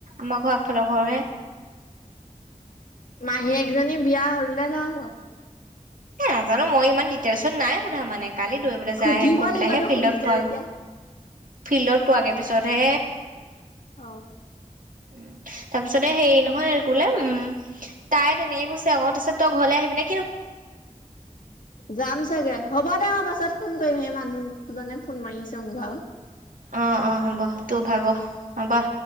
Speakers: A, on the right (about 80°); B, on the left (about 80°).
A: আমাৰ ঘৰ আগফালৰ ঘৰহে।
B: মাহীয়েক জনী বিয়া হ'লনে নাই হোৱা?
A: এ নাজানো মই ইমান ডিটেইলছত নাই সুধা মানে। কালি দৌৰিবলৈ যায়
B: সুধিব
A: হে গৈ পেলাই
B: লাগিব
A: হে
B: তোক
A: ফিল্ডত
B: সুধিছে
A: পোৱা
B: যেতিয়া।
A: ফিল্ডত পোৱাগে পিছত হে
B: অ'।
A: উম। তাৰপিছতে হেৰি নহয় কোলে উম, তাই তেনেকে কৈছে আকৌ তাৰিছত তই ঘৰলে আহি পিনে
B: যাম চাগে হ'ব দে, বা। তত ফোন কৰি সেই মানুহজনে ফোন মাৰি আছে মভও
A: অ', অ', হ'ব তোৰ ভাব হ'বা।